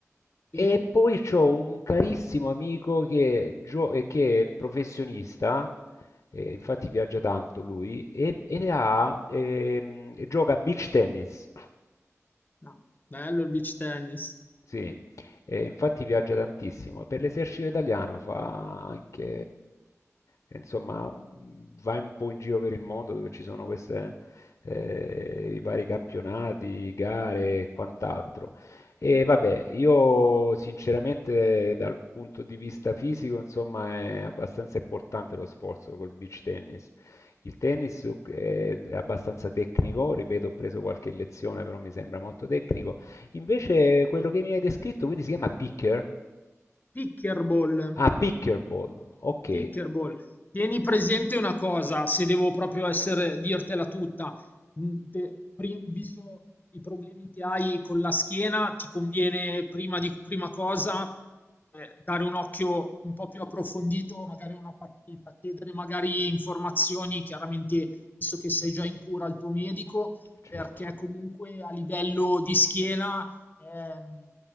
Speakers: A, on the left; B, on the left.
A: sì.
B: E poi c'ho un carissimo amico che, gio- eh, che è professionista, eh, infatti viaggia tanto lui, e, e ha, ehm, gioca a beach tennis.
A: No, bello il beach tennis.
B: Sì, e infatti viaggia tantissimo. Per l'esercito italiano fa anche, eh, insomma, mh, va un po' in giro per il mondo dove ci sono queste, eh, i vari campionati, gare e quant'altro. E vabbè, io sinceramente dal punto di vista fisico, insomma, è abbastanza importante lo sforzo col beach tennis. Il tennis è abbastanza tecnico, ripeto, ho preso qualche lezione, però mi sembra molto tecnico Invece quello che mi hai descritto, quindi si chiama picker?
A: Pickleball,
B: Ah, pickleball. Ok,
A: pickleball. Tieni presente una cosa, se devo proprio essere, dirtela tutta, Mm, te- pri- visto i problemi che hai con la schiena, ti conviene prima di prima cosa eh, dare un occhio un po' più approfondito, magari a una partita, chiedere magari informazioni, chiaramente visto che sei già in cura al tuo medico
B: certo.
A: perché comunque a livello di schiena ehm,